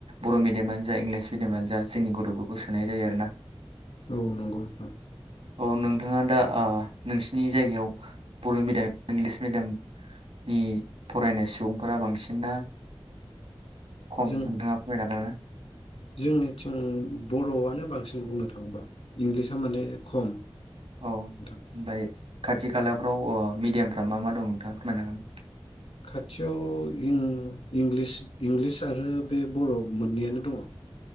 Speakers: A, on the right; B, on the left.
A: बर' मिडियामानो जा इंलिस मिडियामानो जा जोंनि गथ'फोरखौ सोनाय जायो आरोना।
B: औ नंगौ नोंथां।
A: औ नोंथाङा दा आ नोंसिनि जायगायाव बर'मिडियाम इंलिस मिडियामनि फरायनाय सुबुंफोरा बांसिन ना खम
B: जों
A: नोंथाङा फोरमायनो हागोन
B: जोंनिथिं बर' आनो बांसिन बुंनो थाङोबा इंलिसा माने खम।
A: औ
B: नोंथां
A: बाय खाथि खाला बेफ्राव ओ मिडियामफ्रा मा मा दं नोंथाङा फोरमायनो हागोन?
B: खाथियाव इं-इंलिस इंलिस आरो बे बर'मोननैयानो दङ'।